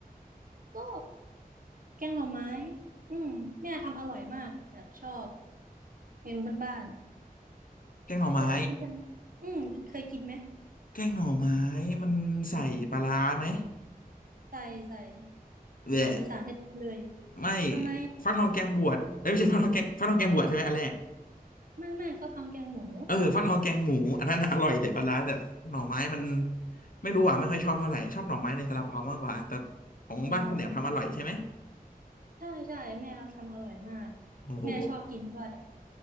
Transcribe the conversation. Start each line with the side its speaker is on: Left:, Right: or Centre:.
Right: ก็แกงหน่อไม้อืมแม่ทำอร่อยมากแบบชอบเมนูบ้าน
Left: แกงหน่อไม้
Right: ๆเคยคุณแทนอืมเคยกินไหม
Left: แกงหน่อไม้มันใส่ปลาร้าไหม
Right: ใส่ใส่
Left: แหวะ
Right: อาหารอีสานแท้ๆเลย
Left: ไม่
Right: ทำไมอ่ะ
Left: ฟักทองแกงบวชเอ้ยไม่ใช่ฟักทองแกงฟักทองแกงบวชใช่ไหมอันแรก
Right: ไม่ไม่ฟักทองแกงหมู
Left: เออฟักทองแกงหมูอันนั้นน่ะอร่อยใส่ปลาร้าแต่หน่อไม้มันไม่รู้อ่ะไม่ค่อยชอบเท่าไหร่ชอบหน่อไม้ในซาลาเปามากกว่าแต่ของบ้านคุณแหนมทำอร่อยใช่ไหม
Right: อ๋อใช่ใช่แม่ทำอร่อยมาก
Left: โอ้โห
Right: แม่ชอบกินด้วย